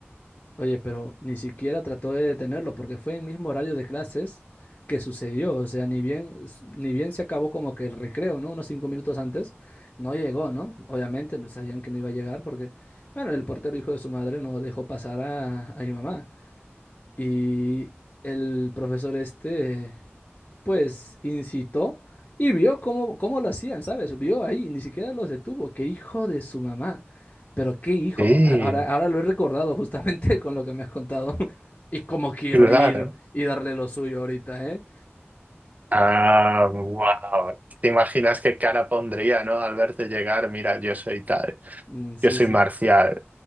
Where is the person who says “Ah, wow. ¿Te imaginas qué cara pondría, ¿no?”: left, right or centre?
Right